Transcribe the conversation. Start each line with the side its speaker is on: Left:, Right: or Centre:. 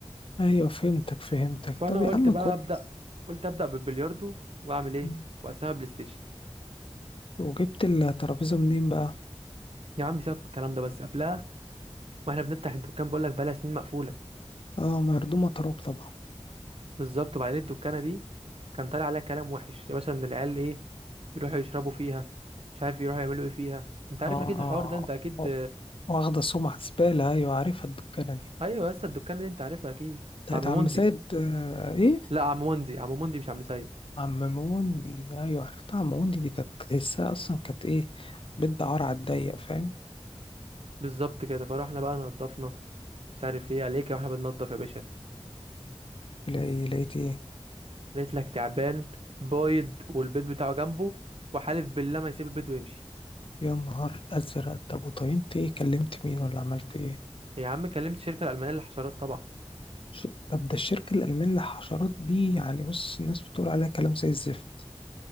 Left: ايوه فهمتك فهمتك
Right: فانا
Left: طب يا
Right: قلت
Left: عم
Right: بقى
Left: كويس
Right: ابدا قلت ابدا بالبلياردو واعمل ايه
Left: مم.
Right: واقسمها بلاي ستيشن
Left: وجبت الترابيزة منين بقى
Right: يا عم سيبك من الكلام ده بس قبلها واحنا بنفتح الدكان بقول لك بقالها سنين مقفوله
Left: اه مردومة تراب طبعا
Right: بالظبط وبعدين الدكانه دي كان طالع عليها كلام وحش يا باشا ان العيال ايه بيروحوا يشربوا فيها مش عارف يروحوا يعملوا ايه فيها انت عارف
Left: اه
Right: اكيد الحوار ده انت اكيد
Left: واخدة سمعة زبالة ايوه عارفها الدكانة دي
Right: ايوه لسه الدكان اللي انت عارفها اكيد
Left: بتاعت
Right: بتاع عم موندي
Left: عم سيد آه ايه
Right: لا عم موندي عم موندي مش عم سيد
Left: عم موندي ايوه عرفتها عم موندي دي كانت تحسها اصلا كانت ايه بنت عار على الضيق فاهم
Right: بالظبط كده فروحنا بقى نضفنا مش عارف ايه عليك واحنا بننضف يا باشا
Left: لقي- لقيت ايه
Right: لقيت لك تعبان بايض والبيض بتاعه جنبه وحالف بالله ما يسيب البيض ويمشي
Left: يا نهار ازرق طب وطينت ايه كلمت مين ولا عملت ايه
Right: يا عم كلمت الشركه الالمانيه للحشرات طبعا
Left: ش- طب ده الشركه الالمانيه للحشرات دي يعني بص الناس بتقول عليها كلام زي الزفت